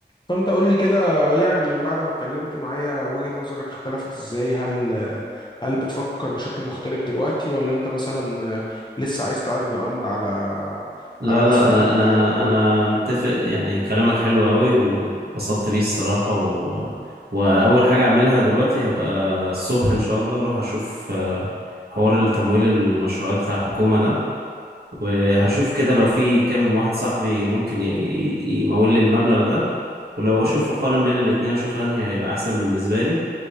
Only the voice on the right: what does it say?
لا
لا
انا انا
انا
متفق يعني كلامك حلو قوي واتبسطت بيه الصراحه و... واول حاجه اعملها دلوقتي هبقى الصبح ان شاء الله اروح اشوف آه، حوار التمويل المشروعات بتاع الحكومه ده وهشوف
كده لو في كام واحد صاحبي ممكن ي... ي- يمول لي المبلغ ده ولو اشوف
اقارن بين الاتنين اشوف انهي هيبقى احسن بالنسبه لي